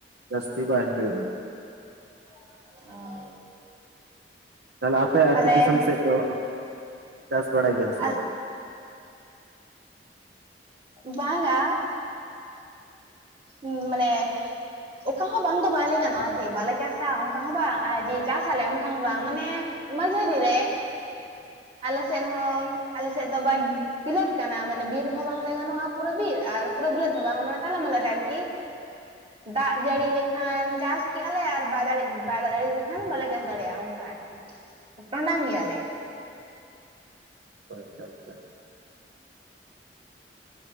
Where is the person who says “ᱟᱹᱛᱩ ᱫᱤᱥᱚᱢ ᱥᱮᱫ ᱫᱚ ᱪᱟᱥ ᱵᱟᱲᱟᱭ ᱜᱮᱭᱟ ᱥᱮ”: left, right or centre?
Right